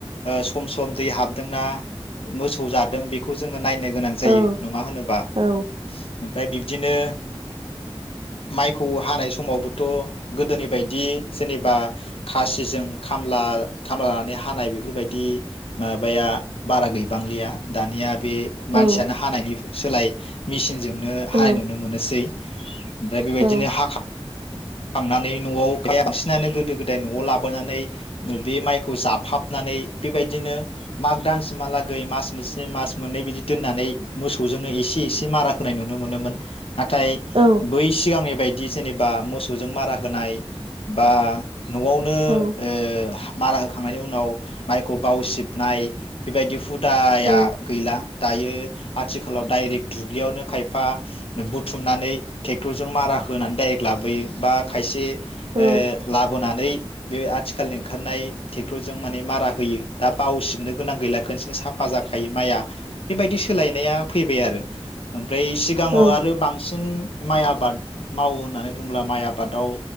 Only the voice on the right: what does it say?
औ
औ
औ
औ
औ
औ
औ
औ
औ
औ